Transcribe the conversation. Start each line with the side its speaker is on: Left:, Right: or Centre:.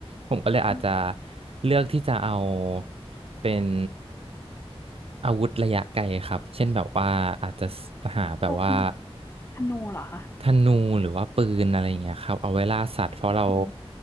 Right: ผมก็เลยอาจจะ
Left: อืม
Right: เลือกที่จะเอาเป็นอาวุธระยะไกลครับเช่นแบบว่าอาจจะหาแบบว่า
Left: พวกอืมธนูเหรอคะ
Right: ธนูหรือว่าปืนอะไรอย่างเงี้ยครับเอาไว้ล่าสัตว์เพราะเรา
Left: อื